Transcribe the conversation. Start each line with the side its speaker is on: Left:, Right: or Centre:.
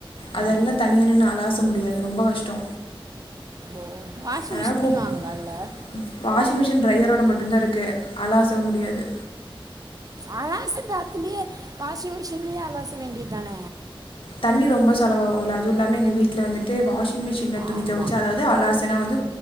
Right: ஆ,
Left: அதெல்லா தனியா நின்னு அலாச முடியாது. ரொம்ப கஷ்டோ.
Right: ஓ வாஷிங்
Left: அதனால
Right: மிஷின்
Left: கூப்
Right: வாங்கலாம்ல
Left: ம் வாஷிங் மிஷின் ட்ரையரோட மட்டும்தா இருக்கு. அலாச முடியாது.
Right: அலாசறது அதுலயே வாஷிங் மிஷின்லயே அலாச வேண்டியதுதான?
Left: தண்ணி ரொம்ப செலவாகு இல்ல? அது இல்லாம எங்க வீட்ல வந்துட்டு வாஷிங் மிஷின்ல துணி
Right: ஆமா
Left: தொவைச்சா அதாவது அலாசுனா வந்து